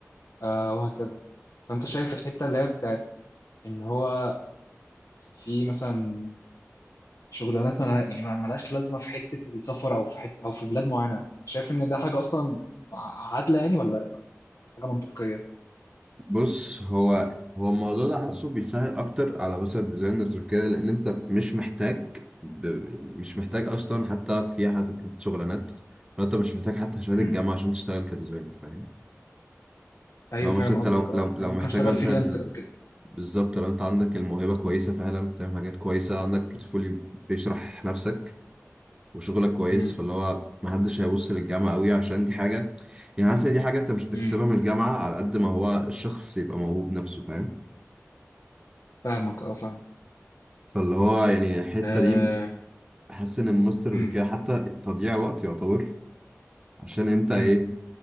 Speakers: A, on the left; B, on the right.
A: آه وهكذا فانت شايف الحته اللي هي بتاعت ان هو في مثلا شغلانات مالها يعني ما- مالهاش لازمه في حته السفر او في حته او في بلاد معينه شايف ان ده حاجه اصلا ع- عادله يعني ولا ولا حاجه منطقيه
B: بص هو هو الموضوع ده حاسه بيسهل اكتر على مثلا ديزاينرز وكده لان انت مش محتاج ب... يعني مش محتاج اصلا حتى في حد شغلانات لو انت مش محتاج حتى شهاده
A: امم
B: الجامعه عشان تشتغل كديزاينر فاهم
A: ايوه
B: لو
A: فاهم
B: مثلا انت
A: قصدك
B: لو
A: اه
B: لو لو
A: يعني ممكن
B: محتاج
A: اشتغل
B: مثلا
A: فريلانسر او كده
B: بالظبط لو انت عندك الموهبة كويسة فعلا بتعمل حاجات كويسة عندك بورتفوليو بيشرح نفسك وشغلك كويس
A: امم
B: فاللي هو محدش هيبص للجامعة قوي عشان دي حاجة يعني حاسس ان دي حاجة انت مش هتكتسبها
A: امم
B: من الجامعة على قد ما هو الشخص يبقى موهوب نفسه فاهم
A: فاهمك اه فاهم
B: فاللي هو يعني الحتة
A: آه،
B: دي حاسس ان الماسترز
A: امم
B: وكده حتى تضييع وقت يعتبر عشان انت
A: امم
B: ايه